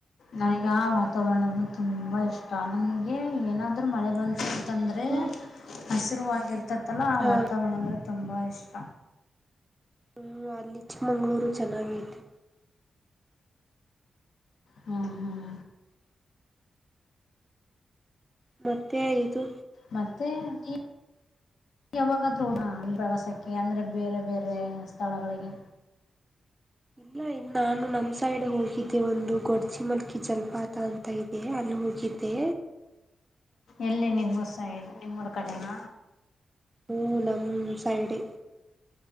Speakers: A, on the left (about 75°); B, on the right (about 20°).
A: ನಂಗ್ ಆ ವಾತಾವರ್ಣನು ತುಂಬಾ ಇಷ್ಟ ನನ್ಗೆ ಏನಾದ್ರು ಮಳೆ ಬಂತ ತಂದ್ರೆ
B: ಹ್ಮ್
A: ಹಸಿರುವಾಗ್ ಇರ್ತೈತ್ತಲ್ಲ ಆ
B: ಹಾ
A: ವಾತಾವರ್ಣ ಅಂದ್ರೆ ತುಂಬ ಇಷ್ಟ.
B: ಹು ಅಲ್ಲಿ ಚಿಕ್ಮಂಗ್ಳೂರು ಚನ್ನಾಗೈತೆ.
A: ಹ್ಮ್ ಹ್ಮ್
B: ಮತ್ತೆ ಇದು.
A: ಮತ್ತೇ ಈ ಯಾವಾಗಾದೃಣ ಪ್ರವಾಸಕ್ಕೆ ಅಂದ್ರೆ ಬೇರೆ ಬೇರೆ ಸ್ಥಳಗಳಿಗೆ.
B: ಇಲ್ಲ ಇನ್ ನಾನು ನಮ್ ಸೈಡ್ ಹೋಗಿದ್ದೆ ಒಂದು ಗೊಡ್ಜಿ ಮಲ್ಕಿ ಜಲ್ಪಾತ ಅಂತ ಇ ಐತೆ ಅಲ್ಲಿ ಹುಗಿದ್ದೆ.
A: ಎಲ್ಲಿ ನಿಮ್ಮೂರ್ಸ ಇದು ನಿಮ್ಮೂರ್ ಕಡೆನ
B: ಹು ನಮ್ ಸೈಡೆ.